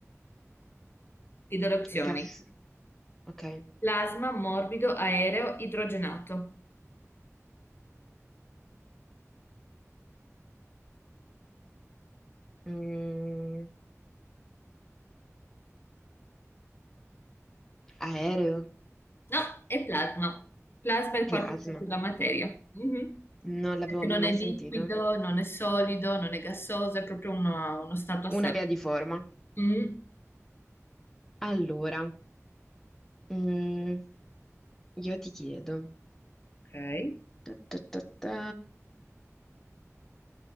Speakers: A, on the left; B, in the centre.
A: Ti do le opzioni.
B: gas. Ok.
A: Plasma, morbido, aereo, idrogenato.
B: Mm, aereo,
A: No, è plasma. Plasma è il quarto
B: plasma.
A: stato della materia. Mhm.
B: Non l'avevo
A: Perché
B: mai
A: non è liquido,
B: sentito.
A: non è solido, non è gassoso, è proprio una- uno stato a sé.
B: Una via di forma.
A: Mm.
B: Allora, mm, io ti chiedo.
A: Ok.
B: Ta ta ta ta.